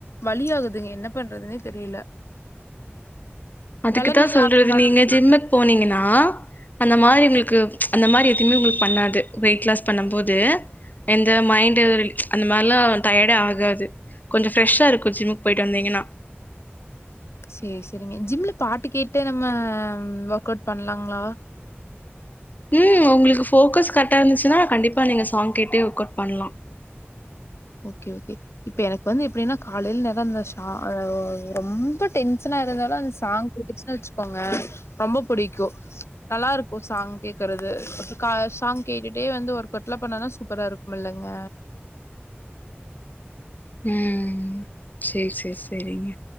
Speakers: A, on the left; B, on the left.
A: வழியா குதுங்க என்ன பண்றதுனே தெரியல
B: அதுக்குத்தான்
A: பலன் இல்லாத
B: சொல்றது
A: மாரி
B: நீங்க ஜிம்முக்கு போனீங்கன்னா அந்த மாதிரி உங்களுக்கு அந்த மாரி எதுவுமே உங்களுக்கு பண்ணாது வெயிட் லாஸ் பண்ணும் போது எந்த மைண்ட்ல அந்த மாரிலாம் டயர்டே ஆகாது கொஞ்ச ஃப்ரெஷா இருக்கும் ஜிம்முக்கு போயிட்டு வந்தீங்கன்னா
A: சேரி சேரிங்க ஜிம்ல பாட்டு கேட்டே நம்ம ஒர்க அவுட் பண்லாங்களா
B: ம் உங்களுக்கு ஃபோக்கஸ் கரெக்டா இருந்துச்சுன்னா கண்டிப்பா நீங்க சாங் கேட்டே ஒர்க்வுட் பண்ணலாம்
A: ஓகே ஓகே இப்ப எனக்கு வந்து எப்டின்னா காலையில நேரம் அந்த சா ரொம்ப டென்சனா இருந்தாலும் அந்த சாங் புடிச்சனு வச்சுக்கோங்க ரொம்ப பிடிக்கும் நல்லா இருக்கும் சாங் கேக்கறது சாங் கேட்டுட்டே வந்து ஒரு ஒர்க் அவுட் லா பண்ணுனா சூப்பரா இருக்கும் முல்லுங்க
B: உம் சேரி சேரி சேரிங்க